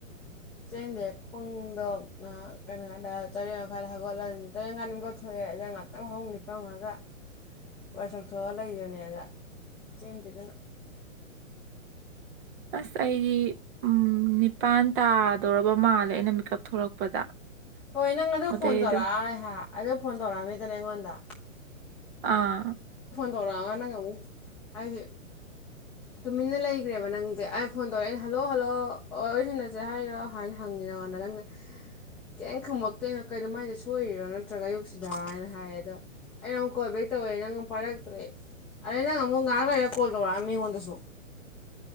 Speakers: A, in the centre; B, on the right.
A: ꯁꯦ ꯄꯨꯡꯗꯣ ꯀꯩꯅꯣꯗ ꯇꯔꯦꯠ ꯃꯈꯥꯏꯗ ꯊꯒꯠꯂꯅꯤ ꯇꯔꯦꯠ ꯃꯈꯥꯏ ꯑꯃꯀꯊꯑꯦ ꯉꯥꯏꯍꯥꯛꯇꯪ ꯍꯧꯍ ꯅꯤꯄꯃꯒ ꯋꯥꯥꯏꯁꯛ ꯊꯣꯛꯑ ꯂꯩꯌꯣꯅꯦꯒ ꯆꯦꯟꯗꯦꯗꯅ
B: ꯑꯁ ꯑꯩꯗꯤ ꯅꯤꯄꯥꯟ ꯇꯥꯗꯧꯔꯕ ꯃꯥꯜꯂꯦ ꯑꯩꯅ ꯃꯤꯀꯞ ꯊꯣꯛꯂꯛꯄꯗ
A: ꯍꯣꯏ ꯅꯪ ꯑꯗꯨ
B: ꯑꯗꯩ
A: ꯐꯣꯟ ꯇꯧꯔꯛꯑ
B: ꯑꯗꯨꯝ
A: ꯑꯗꯨ ꯐꯣꯟ ꯇꯧꯔꯛꯑꯝꯃꯤꯗꯅ ꯑꯩꯉꯣꯟꯗ
B: ꯑꯥ
A: ꯇꯧꯣꯔꯥ ꯅꯉ ꯑꯃ ꯍꯥꯏꯁ ꯇꯨꯃꯤꯟꯅ ꯂꯩꯈ꯭ꯔꯦꯕ ꯅꯪꯁꯦ ꯑꯩꯅ ꯐꯣꯟ ꯇꯧꯔꯛꯑꯦꯅ ꯍꯜꯂꯣ ꯍꯜꯂꯣ ꯑꯣꯏꯁꯤꯅꯁꯦ ꯍꯥꯏꯔꯣ ꯍꯥꯏꯅ ꯍꯪꯉ ꯀ ꯉꯥꯟꯅꯅ ꯀꯩꯝ ꯈꯪꯃꯛꯇꯣꯏꯅꯣ ꯀꯩꯅꯣ ꯃꯥꯏꯁꯦ ꯁꯣꯏꯔꯤꯔꯣ ꯅꯠꯇ꯭ꯔꯒ ꯑꯌꯨꯛꯁꯤꯗꯥ ꯍꯥꯏꯅ ꯍꯥꯏꯌꯦ ꯑꯗꯣ ꯑꯩ ꯅꯪꯨ ꯀꯣꯜ ꯦꯛ ꯇꯧꯔꯦ ꯅꯪ ꯄꯥꯏꯔꯛꯇ꯭ꯔꯦ ꯑꯗꯩ ꯅꯪ ꯑꯃꯨꯛ ꯉꯥꯏꯍꯥꯛ ꯂꯩꯔ ꯀꯣꯜ ꯇꯧꯔꯛꯑ ꯃꯤꯉꯣꯟꯗꯁꯨ